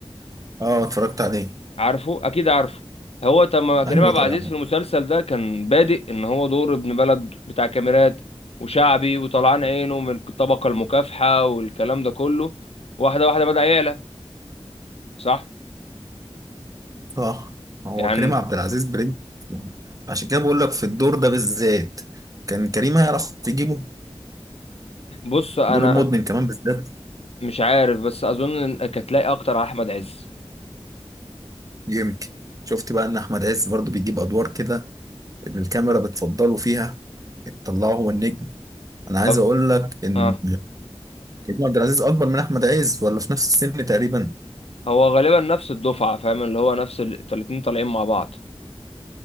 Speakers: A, on the right; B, on the left.
A: اه اتفرجت عليه
B: عارفه اكيد عارفه هو تم كريم
A: ايوه
B: عبد
A: طبعا
B: العزيز في المسلسل ده كان بادئ ان هو دور ابن بلد بتاع كاميرات وشعبي وطلعان عينه من الطبقة المكافحة والكلام ده كله واحدة واحدة بدأ يعلى صح
A: اه هو
B: يعني
A: كريم عبد العزيز برنس أصلاً. عشان كده بقول لك في الدور ده بالذات كان كريم هيعرف يجيبه
B: بص انا
A: دور المدمن كمان بالذات
B: مش عارف بس اظن انك هتلاقي اكتر على احمد عز
A: يمكن شفت بقى ان احمد عز برضو بيجيب ادوار كده اللي الكاميرا بتفضله فيها تطلعه هو النجم انا عايز
B: طب
A: اقول لك ان
B: اه
A: كريم عبد العزيز اكبر من احمد عز ولا في نفس السن تقريبا
B: هو غالبا نفس الدفعة فاهم اللي هو نفس ال- الاتنين طالعين مع بعض